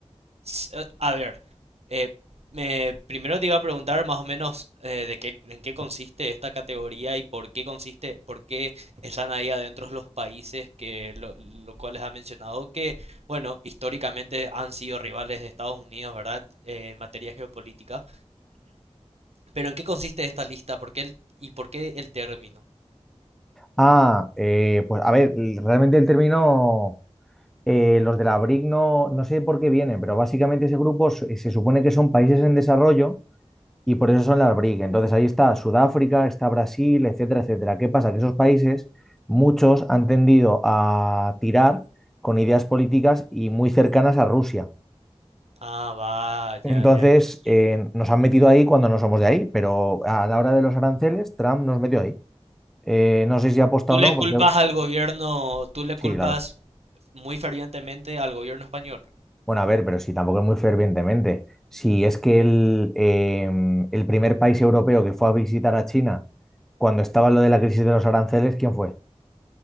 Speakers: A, on the right; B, in the centre.
A: S- eh, A ver, eh, me- primero te iba a preguntar más o menos eh, de qué, en qué consiste esta categoría y por qué consiste, por qué están ahí adentro los países que lo, lo cual les ha mencionado que, bueno, históricamente han sido rivales de Estados Unidos, ¿verdad? Eh, en materia geopolítica. Pero ¿en qué consiste esta lista? ¿Por qué el, y por qué el término?
B: Ah, eh, pues a ver, l- realmente el término, eh, los de la BRIC no, no sé por qué vienen, pero básicamente ese grupo se se supone que son países en desarrollo y por eso son las BRIC. Entonces ahí está Sudáfrica, está Brasil, etcétera, etcétera. ¿Qué pasa? Que esos países, muchos han tendido a tirar con ideas políticas y muy cercanas a Rusia.
A: Ah, va, ya,
B: Entonces
A: ya, ya, sí.
B: eh, nos han metido ahí cuando no somos de ahí, pero a la hora de los aranceles, Trump nos metió ahí. Eh, no sé si ha o
A: Tú le
B: no,
A: culpas
B: porque
A: al gobierno, tú le
B: sí,
A: culpas
B: claro.
A: muy fervientemente al gobierno español.
B: Bueno, a ver, pero sí, tampoco es muy fervientemente. Si es que el, eh, el primer país europeo que fue a visitar a China cuando estaba lo de la crisis de los aranceles, ¿quién fue?